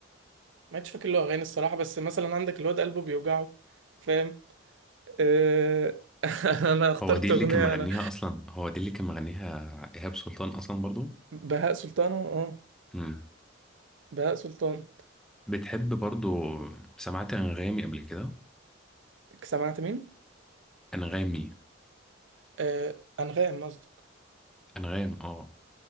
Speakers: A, on the right (about 70°); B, in the centre.
A: ما عادش فاكر له اغاني الصراحه بس مثلا عندك الواد قلبه بيوجعه فاهم آه... <laughs> انا اخترت
B: هو دي
A: اغنيه
B: اللي كان مغنيها
A: انا
B: اصلا هو دي اللي كان مغنيها ايهاب سلطان اصلا برضو
A: بهاء سلطان اه
B: مم.
A: بهاء سلطان
B: بتحب برضو سمعت انغامي قبل كده
A: سمعت مين
B: انغامي
A: آه... انغام قصدك
B: انغام اه